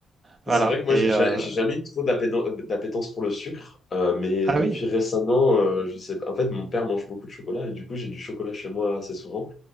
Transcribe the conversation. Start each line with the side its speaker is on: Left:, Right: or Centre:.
Right: Voilà.
Left: C'est vrai que moi,
Right: Et
Left: j'ai ja-
Right: euh,
Left: j'ai jamais eu trop d'appéten- d'appétence pour le sucre, euh, mais
Right: ah
Left: depuis
Right: oui,
Left: récemment, euh, je sais pas. En fait, mon père mange beaucoup de chocolat et du coup, j'ai du chocolat chez moi assez souvent.